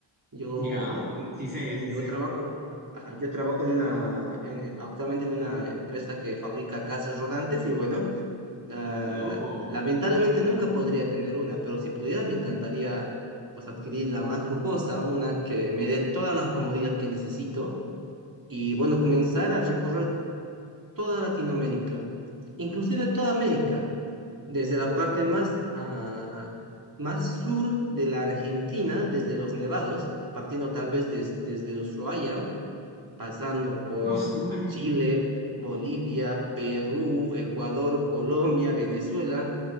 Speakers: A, on the right; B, on the right.
A: Yo,
B: Ya,
A: mm,
B: sí sé,
A: yo
B: sí sé.
A: trabajo, ajá, yo trabajo en una, en- en- actualmente en una empresa que fabrica casas rodantes y bueno, ah,
B: Qué loco.
A: lamentablemente
B: <laughs>
A: nunca podría tener una, pero si pudiera me encantaría pues adquirir la más lujosa, una que me dé todas las comodidades que necesito y bueno, comenzar a recorrer toda Latinoamérica, inclusive toda América desde la parte más, ah, más sur de la Argentina, desde los Nevados, partiendo tal vez des- desde Ushuaia, pasando por
B: No, su madre.
A: Chile, Bolivia, Perú, Ecuador, Colombia, Venezuela,